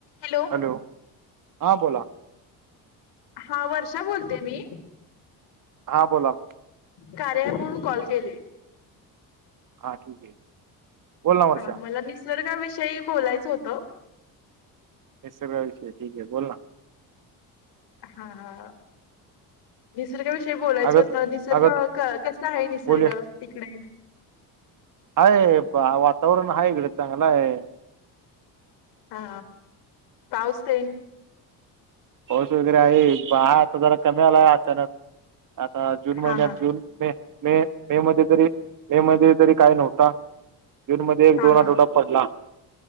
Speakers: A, on the left (about 70°); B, on the right (about 50°).
A: Hello
B: hello हां बोला.
A: हा वर्षा बोलते मी.
B: हां बोला.
A: कार्य अँप म्हणून कॉल केले?
B: हा ठीक आहे. बोल ना वर्षा
A: हा मला निसर्गाविषयी बोलायचं होतं.
B: निसर्ग विषयी ठीक आहे बोल.
A: हा हा निसर्गाविषयी बोलायचं
B: अगं
A: होतं निसर्ग
B: अगं
A: कसा आहे निसर्ग
B: बोलूया
A: तिकडे?
B: हाय वातावरण आहे गड्या चांगलं आहे.
A: हा पाऊस ते?
B: पाऊस वगैरे आहे पहा आता जरा कमी आलाय अचानक आता जून महिन्यात
A: हा हा
B: जून मे मे मे मध्ये तरी मे मध्ये तरी काय नव्हता. जूनमध्येध्ये एक
A: हा
B: दोन आठवडा
A: हा
B: पडला.